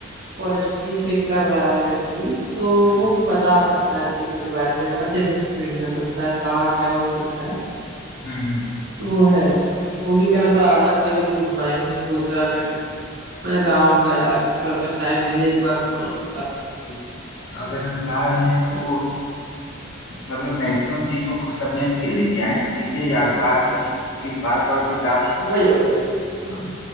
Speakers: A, on the right; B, on the left.
A: फॉरेस्ट्री से कर रहा है एमएससी तो
B: हम्म
A: वो बता सकता है चीजों के बारे में अच्छे से एक्सप्लेन कर सकता है कहाँ क्या हो सकता है
B: हम्म हम्म।
A: तो वो है वो भी कह रहा था आना कभी तो घुमाएंगे तुमको उत्तराखंड मैंने कहा आऊंगा यार थोड़ा सा टाइम मिले एक बार तो मैं आऊंगा
B: जी, जी। अगर हम जा रहे हैं तो
A: हाँ,
B: मतलब मैक्सिमम चीजों को समेट के लेके आए चीजें यादगार रहें क्योंकि बार बार तो जा नहीं सकते
A: वही वही।
B: हाँ।